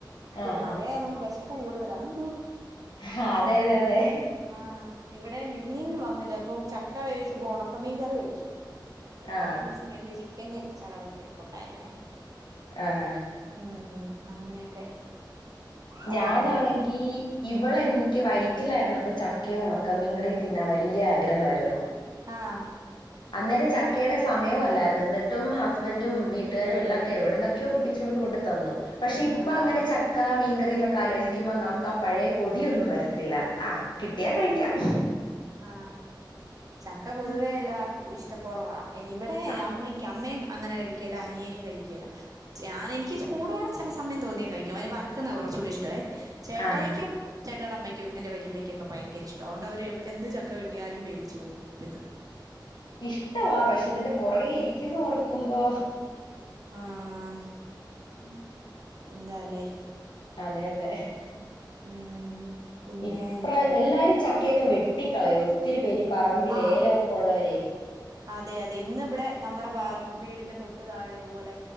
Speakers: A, on the right (about 50°); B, on the left (about 70°).
A: പിന്നെ
B: ആഹ്
A: മഴയ
B: ആഹ്
A: നമുക്ക് വിശപ്പ് കൂടുതലാണോ
B: ഹ അതെ അതെ അതെ
A: ആഹ്‌. ഇവിടെ മീൻ വന്നില്ല ഇപ്പൊ ചക്ക വേവിച്ചപ്പോ ഉണക്ക മീൻ കറി വെച്ചു പിന്നെ
B: ആഹ്
A: കഴിഞ്ഞസ് മിച്ച ചിക്കന്റെ ഒക്കെ ചകതൊക്കെ ഇരിപ്പോണ്ടായിന്നെ
B: ആഹ്‌ ആഹ്‌.
A: ഉം അങ്ങനെയൊക്കെ കാര്യങ്ങളോട്
B: ഞാനാണെങ്കി ഇവളെനിക്ക് വൈ റ്റിലായിരുന്നു അപ്പൊ ചക്കയും ഉണക്ക മീൻകറിയും തിന്നാൻ വലിയ ആഗ്രഹമായിരുന്നു
A: ആഹ്‌.
B: അന്നേരം ചക്കയുടെ സമയവും അല്ലായിരുന്നു എന്നിട്ടും ഹസ്ബന്റും വീട്ടുകാരും എല്ലാം ഒക്കെ എവിടുന്നൊക്കെയ ഒപ്പി ചൊണ്ട് കൊണ്ട് തന്നു പക്ഷെ ഇപ്പൊ
A: ആഹ്
B: അങ്ങനെ ചക്ക മീൻകറി എന്നൊക്കെ ആലോചിക്കുമ്പോ നമുക്ക് ആ പഴയ കൊതിയൊന്നും വരത്തില്ല ആ കിട്ടിയാ
A: അതെ
B: കഴിക്കാം
A: അതെ അതെ ആ ചക്ക പൊതുവെ
B: ഉം
A: എല്ലാവർ കു ഇഷ്ട കുറവാ ഇവിടെ
B: ആ
A: അമ്മയ്ക്ക് അമ്മയും അങ്ങനെ കഴിക്കല അനിയേനും കഴിക്കല്ല ഞാൻ എനിക്ക് ചൂടോടെ ചില സമയം തോന്നിയാൽ കഴിക്കും അതിന് വർക്കുന്നാ കുറച്ചുകൂടി ഇഷ്ടവെ ചേട്ടായ്ക്കും
B: ആഹാ
A: ചേട്ടായിടെ അമ്മയ്ക്കും എന്റെറ വലിയമ്മ ക്കൊക്കെ ഭയങ്കര ഇഷ്ട അതൊ അവര് എവിടെ എന്ത് ചക്ക കിട്ടിയാലും വേവിച്ചളൂ ഇന്ന്
B: ഇഷ്ടവാ പക്ഷെ ഇതിന്റെ പുറകെ ഇരിക്കുന്നു ഓർക്കുമ്പോ
A: ആഹ്‌.
B: ഉം <unintelligible>
A: എന്താലേ
B: അതെ അതെ
A: ഉം പിന്നെ
B: ഇപ്ര
A: എന്നാ
B: എല്ലാരും ചക്കയൊക്കെ വെട്ടിക്കളയും ഒത്തിരി പേര് പറമ്പിൽ
A: ആഹ്
B: ഏലക്കെ ഉള്ളവരെ
A: അതെ അതെ ഇന്ന് ഇവിടെ നമ്മുടെ വീടിന്റെ തൊട്ട് താഴെതുപോലെ